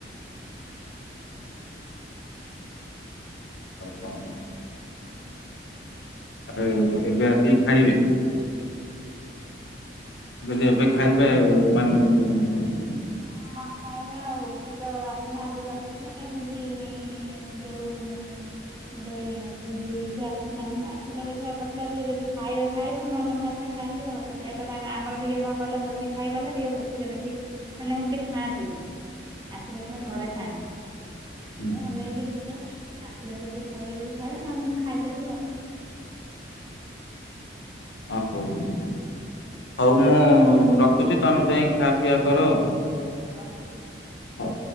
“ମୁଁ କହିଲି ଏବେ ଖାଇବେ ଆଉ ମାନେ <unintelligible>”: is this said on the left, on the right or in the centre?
Left